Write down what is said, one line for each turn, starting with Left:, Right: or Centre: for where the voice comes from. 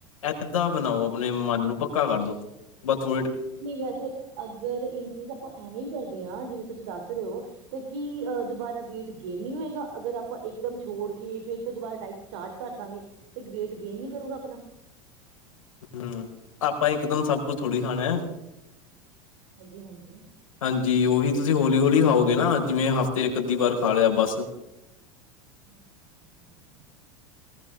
Left: ਏਦਾਂ ਬਨਾਓ। ਆਪਣੇ
Right: ਅੱਛਾ
Left: ਮੰਨ
Right: ਜੀ
Left: ਨੂੰ ਪੱਕਾ ਕਰ ਦੋ। ਬ ਥੋ
Right: ਨਹੀਂ ਵੈਸੇ, ਅਗਰ ਇਨਕੀਜ਼ ਆਪਾਂ ਐਵੇਂ ਹੀ ਕਰਦੇ ਆਂ ਜਿਵੇਂ ਤੁਸੀਂ ਦੱਸ ਰਹੇ ਓ ਤੇ ਕੀ, ਅ, ਦੁਬਾਰਾ ਵੇਟ ਗੇਨ ਨਹੀਂ ਹੋਏਗਾ, ਅਗਰ ਆਪਾਂ ਇੱਕਦਮ ਛੌੜ ਕੇ ਫਿਰ ਤੋਂ ਦੁਬਾਰਾ ਡਾਈ ਸਟਾਰਟ ਕਰ ਦਾਂਗੇ, ਤੇ ਗੇ੍ਟ ਗੇਨ ਨੀ ਕਰੂਗਾ ਆਪਣਾ?
Left: ਹੁੰ ਆਪਾਂ ਇੱਕ ਦਮ ਸਭ ਕੁੱਛ ਥੋੜ੍ਹੀ ਖਾਣੈ।
Right: ਹਾਂਜੀ-ਹਾਂਜੀ।
Left: ਹਾਂਜੀ। ਉਹੀ ਤੁਸੀਂ ਹੋਲੀ-ਹੋਲੀ ਖਾਓਗੇ ਨਾ, ਜਿਵੇਂ ਹਫ਼ਤੇ ਇੱਕ-ਅੱਧੀ ਵਾਰ ਖਾ ਲਿਆ ਬਸ।
Right: ' <inaudible>